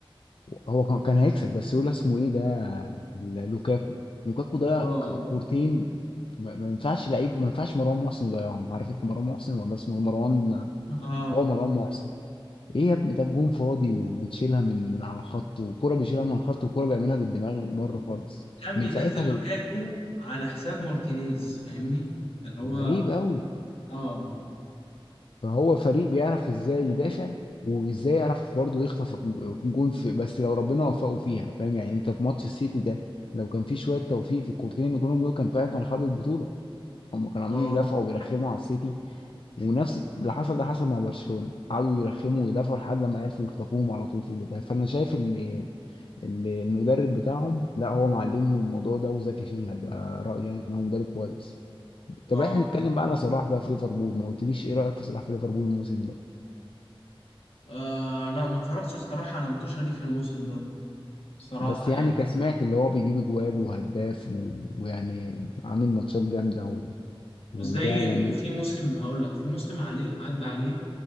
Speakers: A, on the left; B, on the left.
A: هو كان كان هيكسب بس لولا اسمه إيه ده ال- لوكاكو لوكاكو ضيع
B: اه
A: ك- كورتين ما ما ينفعش لعيب ما ينفعش مروان محسن يضيعهم عارف انت مروان محسن ولا اسمه إيه؟ مروان
B: اه
A: هو مروان محسن ايه يا ابني ده الجون فاضي وبتشيلها من من على الخط وكرة بيشيلها من على الخط وكرة بيعملها بالدماغ بره خالص
B: كان
A: من
B: بينزل
A: ساعتها
B: لوكاكو
A: دول-
B: على حساب مارتينيز فاهمني اللي هو
A: غريب قوي
B: اه
A: فهو فريق بيعرف ازاي يدافع وازاي يعرف برضه يخطف الج- الجون في بس لو ربنا وفقه فيها فاهم يعني انت في ماتش السيتي ده لو كان في شويه توفيق في الكورتين اللي جولهم دول كان فعلا كانوا خدوا البطوله هم كانوا عمالين
B: اه
A: يدافعوا ويرخموا على السيتي ونفس اللي حصل ده حصل مع برشلونه قعدوا يرخموا ويدافعوا لحد ما عرفوا يخطفوهم على طول في البدايه فانا شايف ان ان المدرب بتاعهم لا هو معلمهم الموضوع ده وذكي فيها ده رايي يعني ان هو مدرب كويس طب
B: اه,
A: احنا نتكلم بقى على صلاح بقى في ليفربول ما قلتليش ايه رايك في صلاح في ليفربول الموسم ده
B: آه لا ما اتفرجتش الصراحة على متوشة ليه في الموسم ده الصراحة
A: بس يعني
B: يعني
A: كسمعت اللي هو بيجيب اجوال وهداف و- ويعني عامل ماتشات جامده و... وده
B: بس زي
A: يعني
B: في موسم هقول لك في موسم عليه عدى عليه